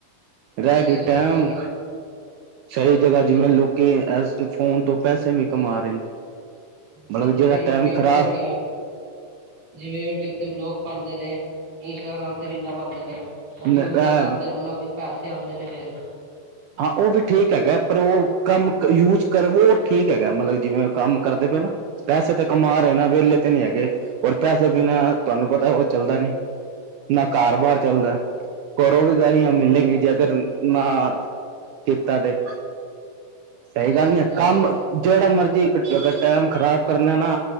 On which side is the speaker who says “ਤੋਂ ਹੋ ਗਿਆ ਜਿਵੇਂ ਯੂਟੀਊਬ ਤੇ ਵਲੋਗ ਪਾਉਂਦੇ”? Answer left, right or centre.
Right